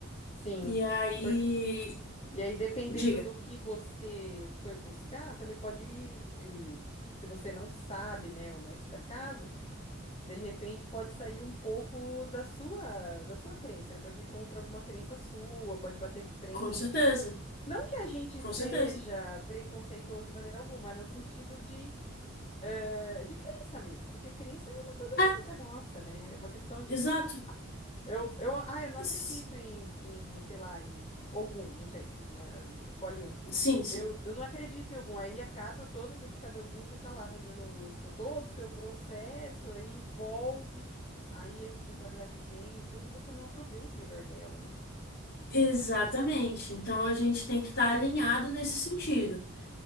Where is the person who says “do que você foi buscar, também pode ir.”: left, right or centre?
Left